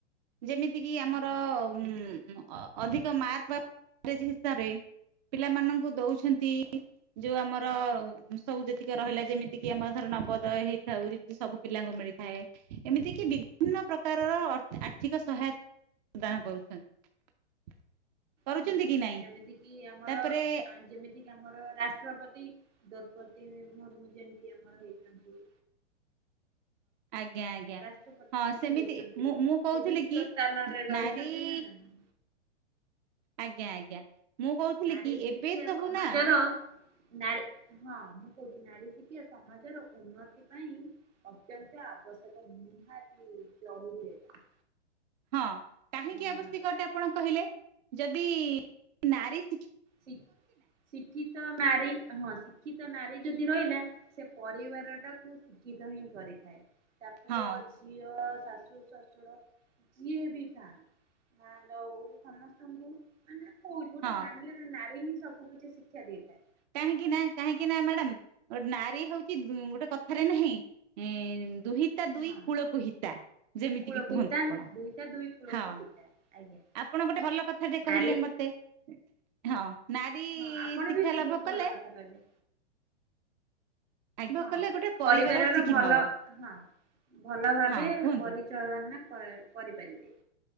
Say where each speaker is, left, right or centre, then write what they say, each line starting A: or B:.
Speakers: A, on the right; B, on the right.
A: ଯେମିତି କିି ଆମର
B: ହୁଁ ଆଜ୍ଞା
A: ଉମ୍ ମ ଅଧିକ ମାର୍କ ବା <inaudible> ହିସାବେ ପିଲାମାନଙ୍କୁ ଦଉଛନ୍ତି, ଯୋଉ ଆମ ର ସବୁ ଯେତିକି ରହିଲା ଯେମିତିକି ଆମର ଧର ନବୋଦୟ ହେଇଥାଉ, ଯିମିତି ସବୁ ପିଲାଙ୍କୁ ମିଳିଥାଏ। ଏମିତିକି ବିଭିନ୍ନ ପ୍ରକାରର ଅ-ଆର୍ଥିକ ସହାୟତା ପ୍ରଦାନ କରୁଛନ୍ତି। <unintelligible>
B: ହୁଁ,
A: କି ନାଇଁ
B: ଯେମିତି କିି ଆମର
A: ତାପରେ
B: ଆଁ ଯେମିତି ଆମର ରାଷ୍ଟ୍ରପତି, ଦୌର୍ପତୀ ମୁର୍ମୁ ଯେମିତି ଆମର ହେଇଛନ୍ତି।
A: <unintelligible> ଆଜ୍ଞା, ଆଜ୍ଞା
B: ରାଷ୍ଟ୍ରପତି
A: ହଁ
B: ଯେମିତି
A: ସେମିତି
B: ହେଇଛନ୍ତି
A: ମୁଁ, ମୁଁ କହୁଥିଲି
B: ସେ ବି ଉଚ୍ଚ
A: କି
B: ସ୍ଥାନରେ ରହିଛନ୍ତି
A: ନାରୀ-ଇ
B: ନା ନା ନା।
A: ଆଜ୍ଞା, ଆଜ୍ଞା, ମୁଁ କହୁଥିଲି
B: ନାରୀ
A: କି
B: ଶିକ୍ଷା
A: ଏବେ ସବୁ
B: ସମାଜର
A: ନା
B: ନାରୀ ହଁ, ମୁଁ କହୁଛି ନାରୀ ଶିକ୍ଷା ସମାଜର ଉନ୍ନତି ପାଇଁ ଅତ୍ୟନ୍ତ ଆବଶ୍ୟକ। ନିହାତି ଜରୁରୀ ଏଟା।
A: ହଁ, କାହିଁକି
B: ମାନଙ୍କ
A: ଆବଶ୍ୟକ ଅଟେ,
B: ପାଇଁ।
A: ଆପଣ କହିଲେ ଯଦି ନାରୀ ଶିକ୍ଷ୍
B: ଶିଖ୍ -ଶିକ୍ଷିତ ନାରୀ ହଁ, ଶିକ୍ଷିତ ନାରୀ ଯଦି ରହିଲା ସେ ପରିବାର ଟାକୁୁ ଶିକ୍ଷିତ ହିଁ କରିଥାଏ। ତା ପୁଅ
A: ହଁ
B: ଝି ଝିଅ, ଶାଶୁ, ଶ୍ୱଶୁର ଯିଏ ବି ଥାନ୍ତୁ। ନଣନ୍ଦ ହଉ ସମସ୍ତଙ୍କୁ ମାନେ କହୁଛି, ଗୋଟେ
A: ହଁ
B: ଫ୍ୟାମିଲି ରେ ନାରୀ ହିଁ ସବୁ କିଛି ଶିକ୍ଷା ଦେଇଥାଏ।
A: କାହିଁକି ନା, କାହିଁକି ନା, ମ୍ୟାଡାମ୍ ନାରୀ ହଉଛି ଗୋଟେ କଥାରେ ନାହିଁ ଇଁ ଦୁହି ତା ଦୁଇ
B: ହଁ
A: କୂଳକୁ ହିତା। ଯେମିତିକି
B: କୂଳକୁ
A: କୁହନ୍ତୁ
B: ହିତା
A: ଆପଣ।
B: ଦୁଇତା ଦୁଇ କୂଳକୁ
A: ହଁ।
B: ପିତା ଆଜ୍ଞା
A: ଆପଣ ଗୋଟେ ଭଲ କଥା ଟେ କହିଲେ
B: ନାରୀ
A: ମତେ, ହଁ ନାରୀ-ଇ
B: ହଁ ଆପଣ
A: ଶିକ୍ଷା
B: ବି ତ
A: ଲାଭ
B: ବହୁତ ଭଲ
A: କଲେ
B: କଥା କହିଲେ।
A: ଲାଭ
B: ହଁ,
A: କଲେ ଗୋଟେ ପରିବାର
B: ପରିବାରର
A: ଶିକ୍ଷିତ
B: ଭଲ।
A: ହବ
B: ହଁ, ଭଲ ଭାବେ
A: ହଁ କୁହନ୍ତୁ
B: ପରିଚାଳନା କରା କରିପାରିବେ।